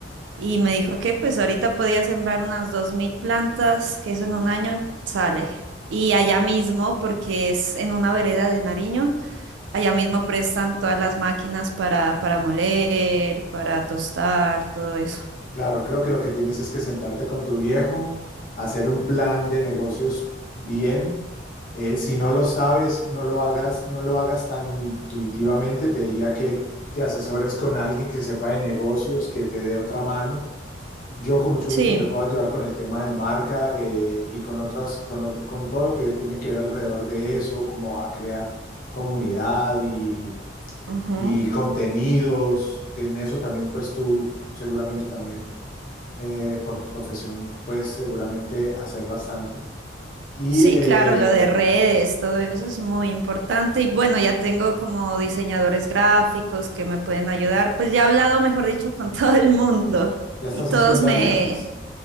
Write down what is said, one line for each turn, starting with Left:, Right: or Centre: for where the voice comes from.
Right: y me dijo que pues ahorita podía sembrar unas dos mil plantas, que eso en un año sale. Y allá mismo, porque es en una vereda de Nariño Allá mismo prestan todas las máquinas para, para moler, para tostar, todo eso.
Left: Claro, creo que lo que tienes es que sentarte con tu viejo, hacer un plan de negocios bien. Eh, si no lo sabes, no lo hagas, no lo hagas tan intuitivamente. Te diría que te asesores con alguien que sepa de negocios, que te dé otra mano. Yo con mucho
Right: Sí,
Left: gusto te puedo ayudar con el tema de marca eh, y con otras, con, ot- con todo lo que tiene que ver alrededor de eso, como a crear comunidad y,
Right: ujú.
Left: y contenidos, que en eso también pues tú seguramente también eh, por tu profesión puedes seguramente hacer bastante. Y
Right: Sí,
Left: eh,
Right: claro, lo de redes, todo eso es muy importante. Y bueno, ya tengo como diseñadores gráficos que me pueden ayudar. Pues ya he hablado, mejor dicho, con <laughs> todo el mundo.
Left: ya estás
Right: Y todos
Left: haciendo
Right: me,
Left: alianzas.